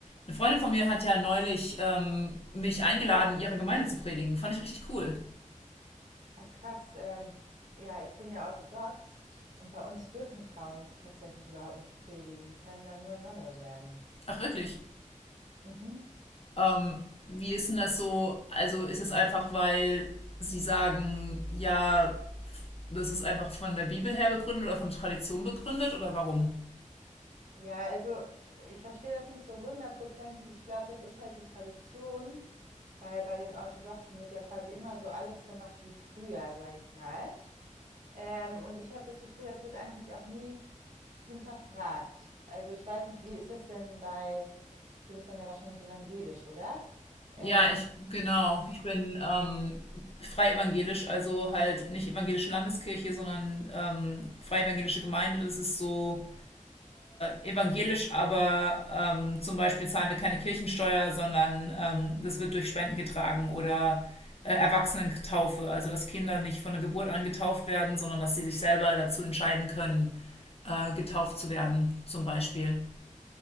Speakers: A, on the left (about 50°); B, on the right (about 70°).
A: Eine Freundin von mir hat ja neulich ähm, mich eingeladen, in ihrer Gemeinde zu predigen. Fand ich richtig cool.
B: Ah, krass. Ähm, ja, ich bin ja orthodox und bei uns dürfen Frauen tatsächlich überhaupt nicht predigen. Die können dann nur Nonne werden.
A: Ach, wirklich.
B: Mhm.
A: Ähm, wie ist denn das so? Also ist es einfach, weil sie sagen, ja, das ist einfach von der Bibel her begründet oder von Tradition begründet oder warum?
B: Ja, also ich verstehe das nicht so hundertprozentig. Ich glaube, das ist halt die Tradition, weil bei den Orthodoxen wird ja quasi immer so alles gemacht wie früher, sage ich mal. Ähm, und ich habe das Gefühl, das wird eigentlich auch nie hinterfragt. Also ich weiß nicht, wie ist das denn bei, du bist dann ja wahrscheinlich evangelisch, oder? Ähm,
A: Ja, ich, genau. Ich bin ähm, frei evangelisch, also halt nicht evangelische Landeskirche, sondern ähm, frei evangelische Gemeinde. Das ist so evangelisch, aber ähm, zum Beispiel zahlen wir keine Kirchensteuer, sondern ähm, das wird durch Spenden getragen oder äh, Erwachsenentaufe, also dass Kinder nicht von der Geburt an getauft werden, sondern dass sie sich selber dazu entscheiden können, äh, getauft zu werden, zum Beispiel.